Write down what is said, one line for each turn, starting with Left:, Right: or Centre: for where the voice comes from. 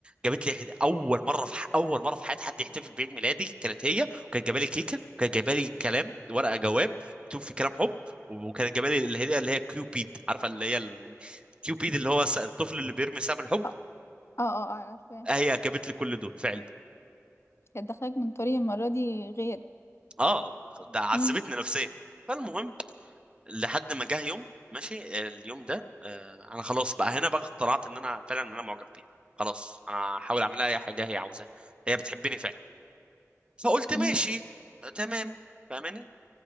Right: جابت لي هد- اول مره في ح- اول مره في حياتي حد يحتفل بعيد ميلادي كانت هي وكانت جايبه لي كيكه وكانت جايبه لي كلام ورقه جواب مكتوب فيه كلام حب وكانت جايبه لي الهديه اللي هي كيوبيد عارفه اللي هي ال- كيوبيد اللي هو س- الطفل اللي بيرمي سهم الحب
Left: اه اه اه عارفة
Right: هي جابت لي كل دول في علبه
Left: كانت داخلك من طريق المرة دي غير
Right: اه ده عذبتني
Left: امم
Right: نفسيا فالمهم لحد ما جه يوم ماشي اليوم ده آه انا خلاص بقى هنا بقى اقتنعت ان انا فعلا ان انا معجب بيها خلاص انا هحاول اعمل لها اي حاجه هي عاوزاها هي بتحبني فعلا فقلت ماشي
Left: امم
Right: آه، تمام فاهماني